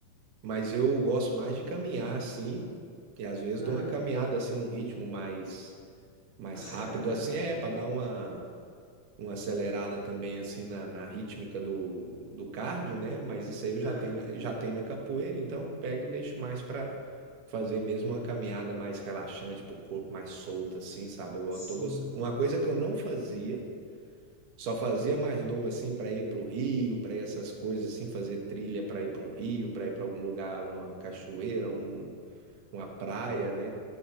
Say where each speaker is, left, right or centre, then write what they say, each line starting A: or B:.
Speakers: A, on the right (about 80°); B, on the right (about 40°).
A: mas eu gosto mais de caminhar, assim, e às vezes
B: Aham,
A: dou uma caminhada, assim, num ritmo mais, mais
B: acelerado.
A: rápido, assim, é, para dar uma, uma acelerada também, assim, na, na rítmica do, do cardio, né? Mas isso aí eu já
B: Aham,
A: tenho, na- já tenho na capoeira, então eu pego e deixo mais pra fazer mesmo uma caminhada mais relaxante, pro corpo mais solto, assim, sabe? Igual
B: sim,
A: eu tô gost... Uma coisa que eu não fazia só fazia mais novo assim para ir para o Rio, para ir essas coisas assim, fazer trilha para ir para um rio, para ir para algum lugar, uma cachoeira, um- uma praia, né?